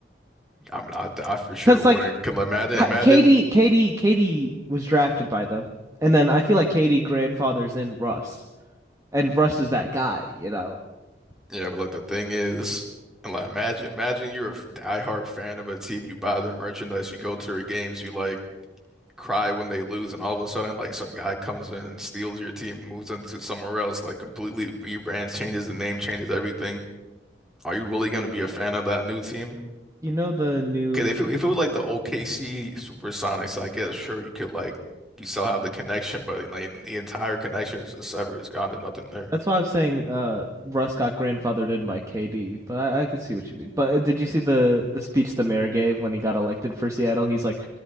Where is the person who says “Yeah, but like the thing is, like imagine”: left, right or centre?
Centre